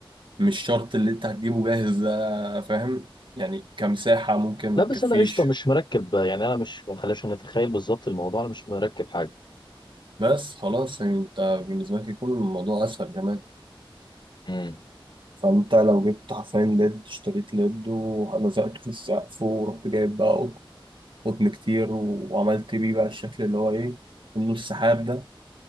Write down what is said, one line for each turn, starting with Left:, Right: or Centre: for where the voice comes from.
Right: مش شرط اللي انت هتجيبه جاهز ده فاهم يعني كمساحة ممكن ما
Left: لا
Right: تكفيش
Left: بس انا قشطه مش مركب يعني انا مش ما خليش نتخيل بالظبط الموضوع انا مش مركب حاجه
Right: بس خلاص يعني انت بالنسبة لك يكون الموضوع اسهل كمان
Left: امم
Right: فانت لو جبت حرفيا ليد اشتريت ليد ولزقته في السقف ورحت جايب بقى قط- قطن كتير وعملت بيه بقى الشكل اللي هو ايه النور السحاب ده